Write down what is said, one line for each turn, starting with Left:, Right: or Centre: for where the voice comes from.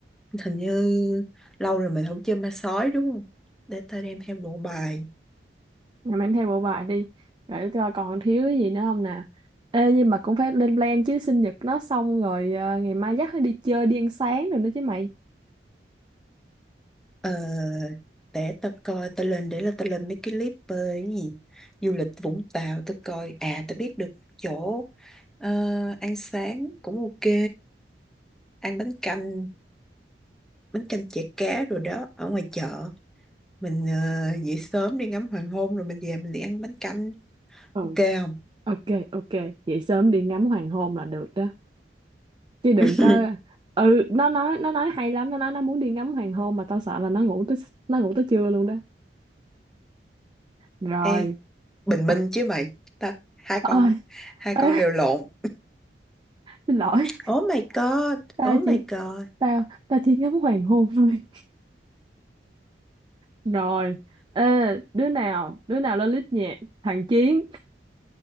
Centre: hình như lâu rồi mình không chơi ma sói đúng không? Để tao đem theo bộ bài.
Right: Rồi mang theo bộ bài đi Rồi coi còn thiếu cái gì nữa không nè Ê nhưng mà cũng phải lên plan chứ sinh nhật nó xong rồi ờ, Ngày mai dắt nó đi chơi đi ăn sáng rồi nữa chứ mày
Centre: Ờ, để tao coi, tao lên, để là tao lên mấy cái clip về cái gì. Du lịch Vũng Tàu, tao coi. À, tao biết được chỗ ờ, ăn sáng cũng ok. Ăn bánh canh, bánh canh chả cá rồi đó, ở ngoài chợ. Mình ờ, dậy sớm đi ngắm hoàng hôn rồi mình về mình đi ăn bánh canh.
Right: ừ
Centre: Ok không?
Right: Ok, ok, vậy sớm đi ngắm hoàng hôn là được đó. Chứ đừng
Centre: <laughs>
Right: có ừ nó nói nó nói hay lắm, nó nói nó muốn đi ngắm hoàng hôn mà tao sợ là nó ngủ tới nó ngủ tới trưa luôn đó. Rồi.
Centre: Ê, Bình
Right: À,
Centre: Minh chứ mày ta, hai con
Right: ơi,
Centre: hai
Right: ê,
Centre: con đều lộn
Right: xin lỗi,
Centre: Oh my god,
Right: tao
Centre: oh
Right: chỉ
Centre: my god.
Right: tao tao chỉ ngắm hoàng hôn thôi. Rồi, Ê, đứa nào, đứa nào lên list nhạc? Thằng Chiến,